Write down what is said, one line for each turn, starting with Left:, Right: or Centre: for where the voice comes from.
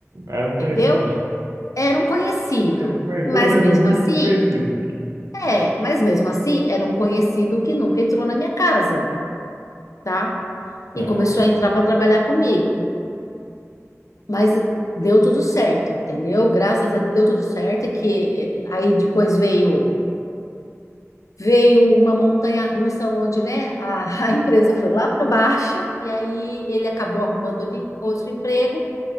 Right: era um conhecido.
Left: entendeu? Era um conhecido.
Right: Era um conhe-
Left: Mas
Right: pelo menos
Left: mesmo
Right: no mínimo
Left: assim,
Right: um conhecido.
Left: é, mas mesmo assim, era um conhecido que nunca entrou na minha casa, tá? e
Right: É,
Left: começou a entrar para trabalhar comigo. Mas deu tudo certo, entendeu? Graças a Deus deu tudo certo, que eh, aí depois veio veio uma montanha russa onde, né, a, <laughs> a empresa foi lá para baixo e aí ele acabou arrumando outro em- outro emprego